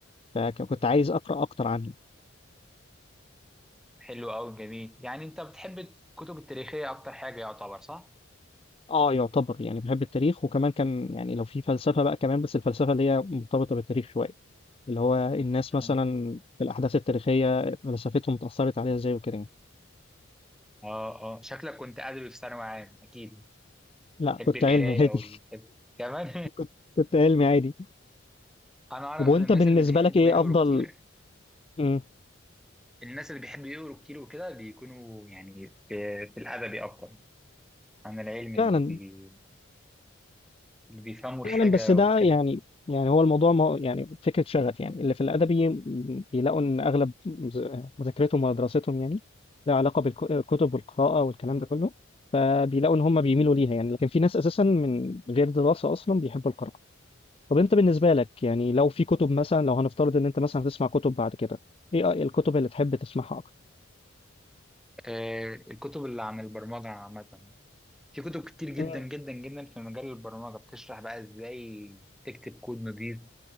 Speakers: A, on the left; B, in the centre.
A: فكنت عايز أقرأ أكتر عنها
B: حلو قوي جميل يعني انت بتحب الكتب التاريخيه اكتر حاجه يعتبر صح
A: اه يعتبر يعني بحب التاريخ وكمان كان يعني لو في فلسفة بقى كمان بس الفلسفة اللي هي مرتبطة بالتاريخ شوية اللي هو الناس مثلا
B: مم.
A: في الأحداث التاريخية فلسفتهم اتأثرت عليها ازاي وكده يعني
B: اه اه شكلك كنت ادبي في ثانوي عام اكيد
A: لا
B: تحب
A: كنت
B: القرايه
A: علمي عادي
B: والحفظ كمان
A: <laughs> كنت كنت علمي عادي
B: <laughs> انا اعرف
A: طب وانت
B: ان الناس
A: بالنسبة
B: اللي بيحبوا
A: لك ايه
B: يقروا
A: أفضل
B: كتير
A: مم.
B: الناس اللي بيحبوا يقروا كتير وكده بيكونوا يعني في في الادبي اكتر عن العلم اللي,
A: فعلا
B: بي... اللي بيفهموا الحاجه
A: فعلا بس ده
B: وكده
A: يعني يعني هو الموضوع ما يعني فكرة شغف يعني اللي في الأدبي م- بيلاقوا إن أغلب مز- مذاكرتهم ودراستهم يعني لها علاقة بالكتب والقراءة والكلام ده كله فبيلاقوا إن هم بيميلوا ليها يعني لكن في ناس أساسا من غير دراسة أصلا بيحبوا القراءة طب أنت بالنسبة لك يعني لو في كتب مثلا لو هنفترض إن أنت مثلا هتسمع كتب بعد كده إيه الكتب اللي تحب تسمعها أكتر؟
B: آه الكتب اللي عن البرمجه عامه في كتب كتير جدا
A: مم.
B: جدا جدا في مجال البرمجة بتشرح بقى ازاي تكتب كود نظيف